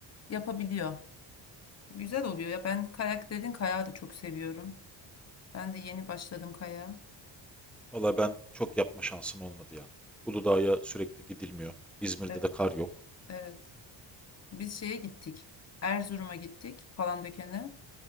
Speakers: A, on the left (about 35°); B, in the centre.
A: yapabiliyor. Güzel oluyor ya. Ben kayak dedin kayağı da çok seviyorum. Ben de yeni başladım kayağa.
B: Valla ben çok yapma şansım olmadı ya. Uludağ'a sürekli gidilmiyor. İzmir'de
A: Evet.
B: de kar yok.
A: Evet. Biz şeye gittik. Erzurum'a gittik Palandöken'e.